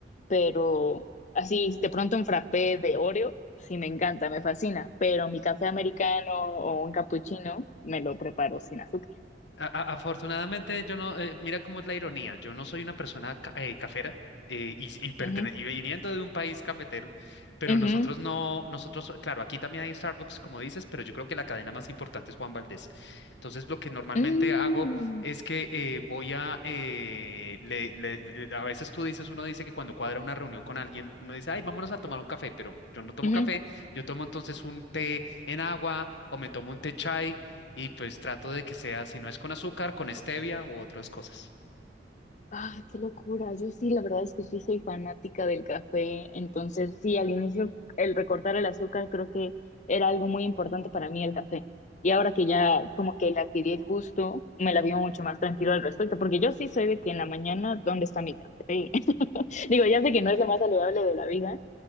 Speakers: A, on the left; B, on the left.
A: pero así, de pronto un frappé de Oreo, sí me encanta, me fascina, pero mi café americano o un cappuccino me lo preparo sin azúcar.
B: A- a- afortunadamente, yo no, eh, mira cómo es la ironía, yo no soy una persona ca- eh, cafera eh, y, y, pertene-
A: Ujú,
B: y viniendo de un país cafetero, pero
A: ujú,
B: nosotros no, nosotros, claro, aquí también hay Starbucks, como dices, pero yo creo que la cadena más importante es Juan Valdez. Entonces, lo que normalmente
A: mm,
B: hago es que eh, voy a, eh, le- le- le- a veces tú dices, uno dice que cuando cuadra una reunión con alguien, uno dice, ay, vámonos a tomar un café, pero yo no tomo
A: ujú.
B: café, yo tomo entonces un té en agua o me tomo un té chai y pues trato de que sea, si no es con azúcar, con stevia u otras cosas.
A: Ah, qué locura. Yo sí, la verdad es que sí soy fanática del café. Entonces, sí, al inicio el recortar el azúcar creo que era algo muy importante para mí el café. Y ahora que ya como que le adquirí el gusto, me la vivo mucho más tranquilo al respecto, porque yo sí soy de que en la mañana, ¿dónde está mi café? <laughs> Digo, ya sé que no es lo más saludable de la vida,